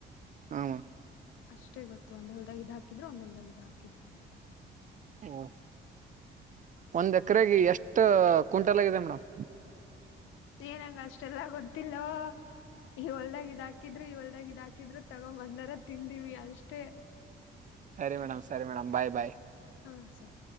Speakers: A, on the right; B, on the left.
A: ಆಮ
B: ಅಷ್ಟೇ ಗೊತ್ತು ಒಂದೊಳದಾಗಿದ್ದ ಹಾಕಿದ್ರು ಒಂದೊಳದಾಗಿದ್ದ ಹಾಕಿದ್ರು ಅಂತಂದು
A: ಹ ಒಂದ್ ಎಕರೆಗೆ ಎಷ್ಟ ಕ್ಂಟಲ್ ಆಗಿದೆ ಮೇಡಮ್
B: ಏನಂಗ ಅಷ್ಟೆಲ್ಲಾ ಗೊತ್ತಿಲ್ಲ ಇ ಒಲ್ದಾಗ ಇದ್ ಹಾಕಿದ್ರು ಇ ಒಲ್ದಾಗ್ ಇದ್ ಹಾಕಿದ್ರು ತಗೊಂಬಂದಾರ ತಿಂದಿವಿ ಅಷ್ಟೇ
A: ಸರಿ ಮೇಡಮ್ ಸರಿ ಮೇಡ್ ಬಾಯ್ ಬಾಯ್
B: ಹಾ ಸರಿ